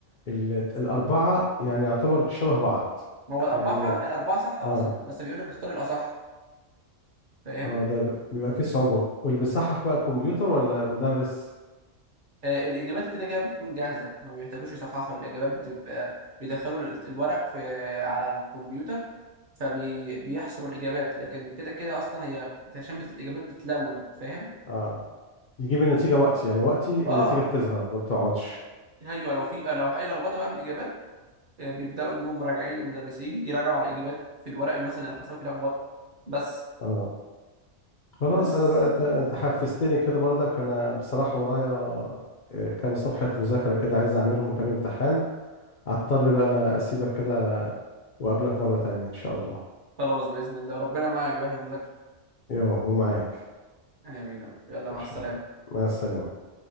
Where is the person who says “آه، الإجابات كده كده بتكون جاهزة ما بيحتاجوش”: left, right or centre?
Right